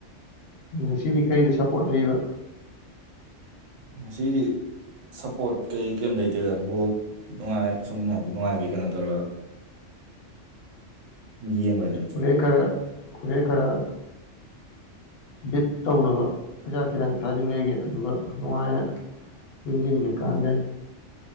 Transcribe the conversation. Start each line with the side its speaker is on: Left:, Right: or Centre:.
Left: ꯉꯁꯤꯗꯤ ꯀꯔꯤꯗ ꯁꯞꯄꯣꯔꯠ ꯂꯩꯕ
Right: ꯃꯁꯤꯗꯤ ꯁꯞꯄꯣꯔꯠ ꯀꯩ ꯀꯩꯝ ꯂꯩꯇꯦꯗꯕꯨꯣ ꯅꯨꯡꯉꯥꯏ ꯑ ꯁꯨꯝ ꯍꯥꯏꯗꯤ ꯅꯨꯡꯉꯥꯏꯕꯩ ꯀꯩꯅꯣ ꯇꯧꯔꯒ ꯌꯦꯡꯕ ꯑꯗꯨ
Left: ꯈꯨꯔꯦ ꯈꯔ ꯀꯔꯦ ꯈꯔ ꯕꯤꯠ ꯇꯧꯅꯕ ꯍꯖꯥꯛ ꯈꯤꯇꯪ ꯊꯥꯖꯤꯟꯈꯒꯦ ꯑꯗꯨꯒ ꯅꯨꯡꯉꯥꯏꯅ ꯏꯟꯖꯤꯟꯒꯦ ꯀꯥꯟꯗꯦ